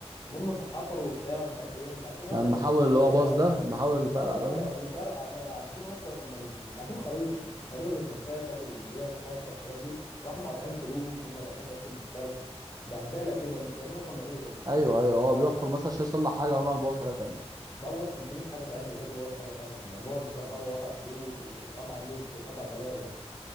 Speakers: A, on the left; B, on the right.
A: المهم حفروا وبتاع ومش عارف ايه ومش عارفين اصلا
B: لما
A: الماسوره
B: حاول
A: دي
B: اللي
A: بتودي
B: هو باص
A: على
B: ده
A: ايه
B: لما حاول الفرقة
A: اه
B: ده باين
A: اه اللي فرقع ده لا عارفين اصلا هم ال- مش عارفين خريطه الخريطه ذات نفسها اللي بتاعت اللي هي الصرف والحاجات دي راحوا مقاطعين سلوك هم رايحين يركبوا الصرف بهدله كده مش فاهمين اصلا بيعملوا ايه
B: أيوه أيوه هو بيحفر مثلا عشان يصلح حاجة وراح باص حاجة تانية
A: بوظ 500 حاجه تانية يا ريته بوظ حاجه تانية يعني بوظ الكهرباء وقطع سلوك و- وقطع النت وقطع بلاوي يعني